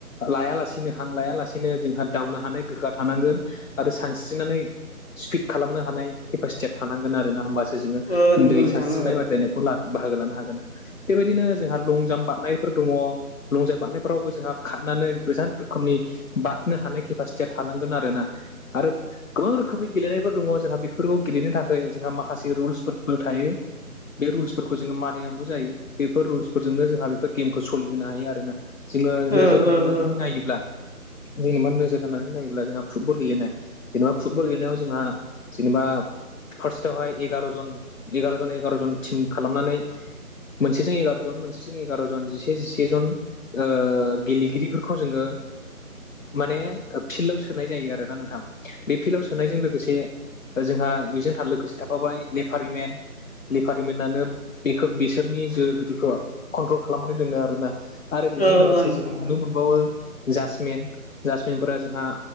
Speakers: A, on the left; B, on the left.
A: लाया लासेनो हां लायालासेनो जोंहा दावनो हानाय गोहोआ थानांगोन आरो सानस्रिनानै सिफिड खालामनो हानाय केपासिटिया थानांगोन आरो ना होमबासो जोङो
B: ओ नंगौ
A: दै
B: नोंथां
A: सानस्रिनाय
B: ओ
A: बादायनाय बाहागो लानो हागोन बेबायदिनो जोंहा लं जाम्प बारनायफोर दङ। लंजाम बारनायफोरावबो जोंहा खारनानै गोजान रोखोमनि बारनो हानाय केपासिटि थिया थानांगोन आरो ना आरो गोबां रोखोमनि गेलेनायफोर दङ जोंहा बेफोरखौ गेलेनो थाखाय जोंहा माखासे रुल्सफोरबो थायो। बे रुल्सफोरखौ जोङो मानिनांगौ जायो बेफोर रुल्सफोरजोंनो जोंहा बेफोर गेमखौ सोलिहोनो हायो आरोना। जोङो
B: ओ
A: नोजोर
B: ओ
A: होनानै
B: ओ
A: नायोब्ला जोङो मा नोजोर जानानै नायोब्ला जोंहा फुटबल गेलेनाय जेनेबा फुटबल गेलेनायाव जोंहा जेनेबा फार्स्टआवहाय एगार' जन एगार'जन एगार' जन टिम खालामनानै मोनसेजों एगार'जन मोनसेजों एगार'जन जिसे जिसेजन ओ गेलेगिरिफोरखौ जोङो माने फिल्डआव सोनाय जायो आरो ना नोंथां। बे फिल्डाव सोनायजों लोगोसे जोंहा बेजों थार लोगोसे थाफाबाय लेफारिमेन लिपार्मेन्टनो बेखौ बिसोरनि जो बिदिखौ कन्ट्रल खालामनानै दोनदों आरोना। आरो बेजों
B: ओ
A: लोगोसे
B: ओ नोंथां
A: जों नुनो मोनबावो जासमिन फोर जोंहा